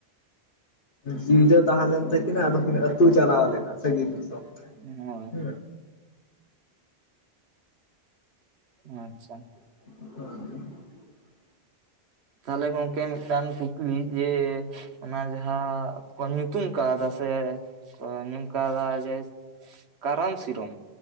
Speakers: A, on the left; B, on the right.
A: ᱡᱤᱣᱤ ᱫᱚ ᱛᱟᱦᱮᱸ ᱞᱮᱱ ᱛᱟᱹᱠᱤᱱᱟ ᱟᱫᱚ ᱠᱤᱱ ᱟᱹᱛᱩ ᱪᱟᱞᱟᱣ ᱞᱮᱱᱟ ᱥᱟᱹᱜᱤᱧ ᱫᱤᱥᱚᱢ᱾ ᱛᱮ
B: ᱦᱳᱭ᱾
A: ᱦᱮᱸ
B: ᱟᱪᱪᱷᱟ᱾
A: <inaudible>
B: ᱛᱟᱦᱚᱞᱮ ᱜᱚᱝᱠᱮ ᱢᱤᱫᱴᱟᱝ ᱠᱩᱠᱞᱤ ᱡᱮ ᱚᱱᱟ ᱡᱟᱦᱟᱸ ᱠᱚ ᱧᱩᱛᱩᱢ ᱠᱟᱣᱫᱟ ᱥᱮ ᱠᱚ ᱧᱩᱢ ᱠᱟᱣᱫᱟ ᱡᱮ ᱠᱟᱨᱟᱢ ᱥᱤᱨᱚᱢ᱾